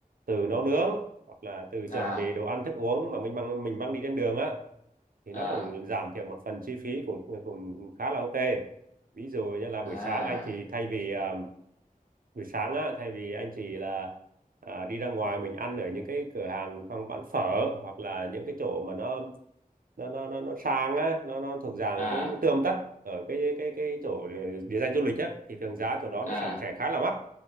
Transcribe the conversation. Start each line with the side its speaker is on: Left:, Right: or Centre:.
Right: từ nấu nướng hoặc là từ
Left: à
Right: chuẩn bị đồ ăn thức uống mà mình mang mình mang đi trên đường á thì
Left: à
Right: nó cũng giảm thiểu một phần chi phí cũng cũng khá là ok ví dụ như là buổi
Left: à
Right: sáng anh chị thay vì à, buổi sáng á thay vì anh chị là à, đi ra ngoài mình ăn ở những cái cửa hàng hoặc bán phở hoặc là những cái chỗ mà nó nó nó nó, nó sang á nó nó thuộc dạng
Left: à
Right: cũng tươm tất ở cái cái cái chỗ ờ, địa danh du lịch á thì thường giá chỗ đó
Left: à
Right: nó sẽ sẽ khá là mắc